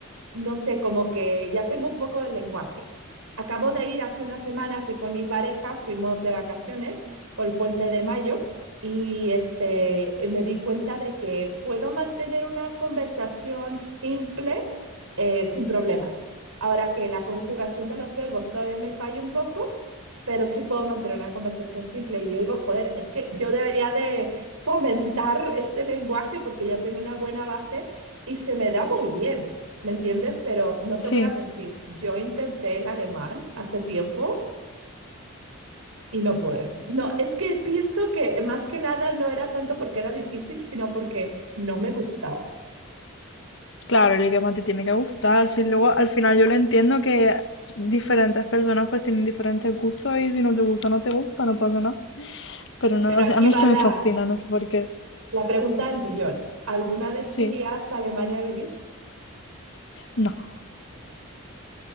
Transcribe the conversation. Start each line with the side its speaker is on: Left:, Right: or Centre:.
Right: no sé, como que ya tengo un poco del lenguaje. Acabo de ir hace una semana, fui con mi pareja, fuimos de vacaciones por el puente de Mayo y este, eh, me di cuenta de que puedo mantener una conversación simple eh, sin problemas. Ahora que la conjugación de los verbos todavía me falla un poco, pero sí puedo mantener una conversación simple. Y yo digo, joder, es que yo debería de fomentar este lenguaje porque ya tengo una buena base y se me da muy bien. ¿Me entiendes? Pero no te
Left: sí.
Right: voy a mentir, yo intenté el alemán hace tiempo y no pude. No, es que pienso que más que nada no era tanto porque era difícil, sino porque no me gustaba.
Left: Claro, el idioma te tiene que gustar. Sí, luego al final yo lo entiendo que diferentes personas pues tienen diferentes gustos y si no te gusta, no te gusta, no pasa nada. Pero no,
Right: Pero
Left: o sea,
Right: aquí
Left: a mí
Right: va
Left: es que
Right: la,
Left: me fascina, no sé por qué.
Right: la pregunta del millón. ¿Alguna vez
Left: Sí,
Right: te irías a Alemania a vivir?
Left: no.